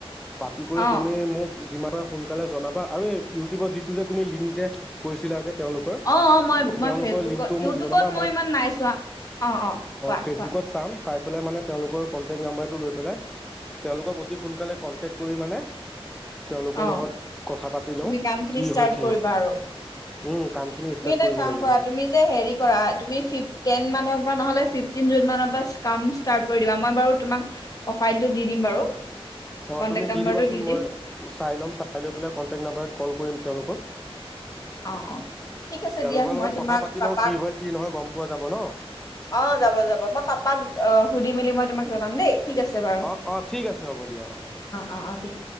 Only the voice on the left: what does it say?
অ'
অ অ মই মই
ফেচবুকত
ইউটিউবত
মই ইমান নাইছো অ অ কোৱা
কোৱা
অ
তুমি কামখিনি
স্থাৰ্ট
কৰিবা
আৰু।
এই
এটা
কাম
কৰা তুমি যে হেৰি কৰা তুমি ফিফ টেনমানত তোমাৰ নহলে ফিফটিন মানৰ পৰা কাম স্থাৰ্ট কৰি দিবা মই বাৰু তোমাক প্ৰফাইলটো দি দিন বাৰু
কন্টেক্ট
নাম্বাৰটো
দিম
অ অ ঠিক আছে
দিয়া
মই তোমাক
পাপাক
অ যাব যাব মই পাপাক অ সুধি মেলি মই তোমাক জনাম দেই ঠিক আছে বাৰু
অ ঠিক অ